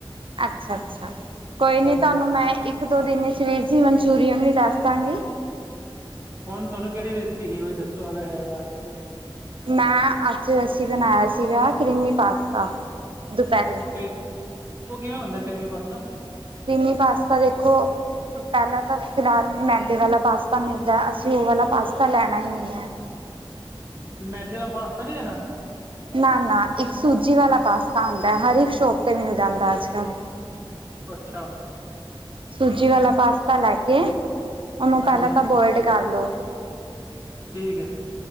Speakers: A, on the right; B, on the right.
A: ਅੱਛਾ, ਅੱਛਾ ਕੋਈ ਨੀ
B: ਹਾਂਜੀ
A: ਤਾਨੂੰ ਮੈਂ ਇੱਕ-ਦੋ ਦਿਨ ਵਿਚ ਵੀਰ ਜੀ, ਮਨਚੂਰੀਅਨ ਵੀ ਦੱਸ ਦਾਂਗੀ।
B: ਹੁਣ, ਤੁਹਨੂੰ ਕੇਹੜੀ ਰੇਸਿਪੀ, ਹੈਗੀ ਏ ਕੋਈ ਦੱਸੋ ਅਗਰ ਹੈ ਯਾਦ?
A: ਮੈਂ, ਅੱਜ ਅਸੀਂ ਬਣਾਯਾ ਸੀਗਾ ਕਰੀਮੀ ਪਾਸਤਾ ਦੁਪੈਰੇ।
B: ਕਰੀਮ, ਓ ਕਿਵੇਂ ਹੁੰਦਾ ਪਸਤਾ?
A: ਕਰੀਮੀ ਪਾਸਤਾ ਦੇਖੋ ਪਹਿਲਾਂ ਤਾਂ ਫਿਲਹਾਲ ਮੈਦੇ ਵਾਲਾ ਪਾਸਤਾ ਮਿਲਦਾ ਐ ਅਸੀਂ ਓ ਵਾਲਾ ਪਾਸਤਾ ਲੈਣਾ ਈ ਨਹੀਂ ਹੈ।
B: ਮੈਦੇ ਵਾਲਾ ਫਾਸਤਾ ਨੀ ਲੈਨਾ?
A: ਨਾ- ਨਾ ਇੱਕ ਸੂਜੀ ਵਾਲਾ ਪਾਸਤਾ ਹੁਦੈ ਹਰ ਇੱਕ ਸ਼ੋਪ ਤੇ ਮਿਲ ਜਾਂਦਾ ਅੱਜ ਕੱਲ੍ਹ।
B: ਅੱਛਾ।
A: ਸੂਜੀ ਵਾਲਾ ਪਾਸਤਾ ਲੈ ਕੇ, ਓਨੂੰ ਪੈਂਲਾਂ
B: ਹਾਂਜੀ
A: ਤਾਂ ਬੋਇਡ ਕਰ ਲੋ।
B: ਠੀਕ ਐ।